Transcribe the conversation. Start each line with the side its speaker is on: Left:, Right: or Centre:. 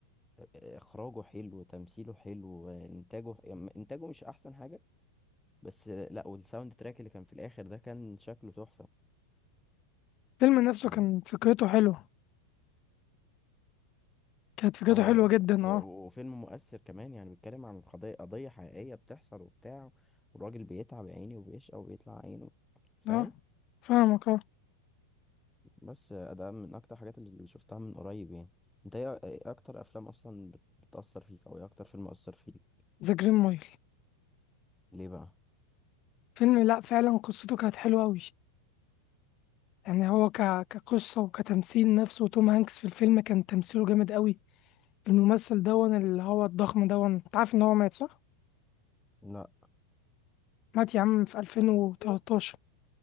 Centre: آه، اخراجه حلو تمثيله حلو آه، انتاجه يعني انتاجه مش احسن حاجه بس آه، لا والساوند تراك اللي كان في الاخر ده كان شكله تحفه
Left: الفيلم نفسه
Centre: يعني
Left: كان فكرته حلوة كانت فكرته
Centre: هو
Left: حلوة جدا
Centre: و-
Left: اه
Centre: و- وفيلم مؤثر كمان يعني بيتكلم عن قضيه قضيه حقيقيه بتحصل وبتاع والراجل بيتعب يا عيني وبيشقى وبيطلع عينه فاهم
Left: اه فاهمك اه
Centre: بس ده من اكتر الحاجات اللي شفتها من قريب يعني انت ايه إيه اكتر افلام اصلا بت- بتأثر فيك او ايه اكتر فيلم اثر فيك
Left: ذا جرين مايل
Centre: ليه بقى
Left: فيلم لا فعلا قصته كانت حلوة قوي يعني هو ك... كقصة وكتمثيل نفسه توم هانكس في الفيلم كان تمثيله جامد قوي الممثل دون اللي هو الضخم دون انت عارف ان هو مات صح؟
Centre: لا
Left: مات يا عم في 2013